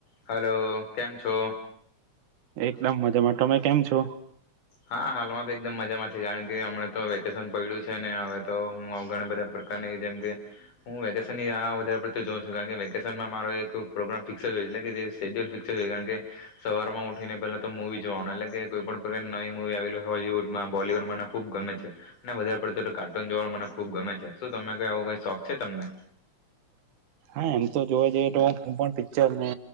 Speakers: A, on the left; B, on the right.
A: Hello. કેમ છો?
B: એકદમ મજામાં તમે કેમ છો?
A: હા હાલમાં તો એકદમ મજામાં છે કારણ કે હમણા તો વેકેશન પડ્યું છે ને હવે તો હું આ ઘણા બધા પ્રકારની જેમકે હું વેકેશનની રાહ વધાર પડતી જોઉ છું કારણ વેકેશનમાં મારો એક પ્રોગ્રામ ફિક્સ જ હોય એટલે કે શેડ્યુલ ફિક્સ જય કારણ કે સવાર માં ઉઠીને પેલા તો મુવી જોવાનું એટલે કે કોઈ પણ પ્રકારની નવી હોવુડમાં બોલીવુડમાંને ખુબ ગમે છે અને વધારે પડત કાર્ટૂન જોવા મને ખુબ ગમે છે શું ત આવું કઈ શોખ છે તમને.
B: હા એમ તો જોવા જઈએ તો હું પણ પિક્ચરને